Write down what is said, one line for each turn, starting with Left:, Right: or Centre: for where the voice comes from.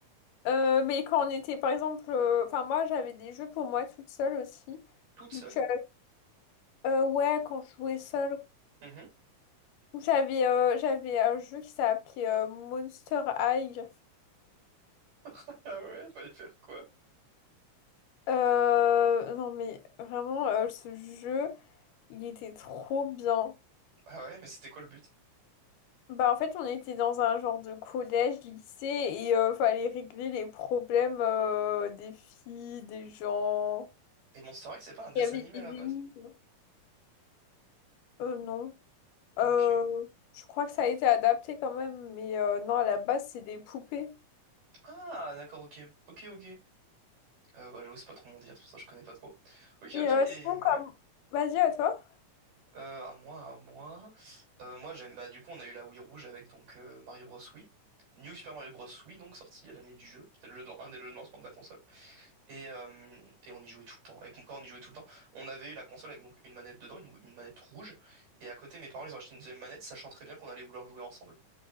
Left: Euh, mais quand on était, par exemple, euh, enfin moi j'avais des jeux pour moi toute seule aussi.
Right: Toute
Left: Donc
Right: seule.
Left: euh, euh, ouais, quand je jouais seule,
Right: Mhm.
Left: j'avais euh, j'avais un jeu qui s'appelait euh, Monster High.
Right: <laughs> Ah ouais, fallait faire quoi?
Left: Euh, non mais vraiment euh, ce jeu, il était trop bien.
Right: Ah ouais, mais c'était quoi le but?
Left: Bah en fait on était dans un genre de collège, lycée et euh, fallait régler les problèmes euh, des filles, des gens.
Right: Et Monster High, c'est pas un dessin
Left: Il y avait
Right: animé
Left: des
Right: à la
Left: énigmes.
Right: base?
Left: Euh, non. Euh,
Right: Ok.
Left: je crois que ça a été adapté quand même, mais euh, non, à la base, c'est des poupées.
Right: Ah, d'accord, ok. Ok, ok. Euh, bah, j'avoue, c'est pas trop mon dire, c'est pour ça que je connais pas trop. Ok,
Left: Et
Right: ok,
Left: euh,
Right: et
Left: sinon, comme...
Right: ouais.
Left: Vas-y, à toi.
Right: Euh, à moi, à moi. Euh, moi, j'aime. Bah, du coup, on a eu la Wii Rouge avec donc euh, Mario Bros. Wii. New Super Mario Bros. Wii, donc sorti à l'année du jeu. C'était le jeu de- un des jeux de lancement de la console. Et, euh, et on y jouait tout le temps. Avec mon frère, on y jouait tout le temps. On avait eu la console avec donc une manette dedans, une, une manette rouge. Et à côté, mes parents, ils ont acheté une deuxième manette, sachant très bien qu'on allait vouloir jouer ensemble.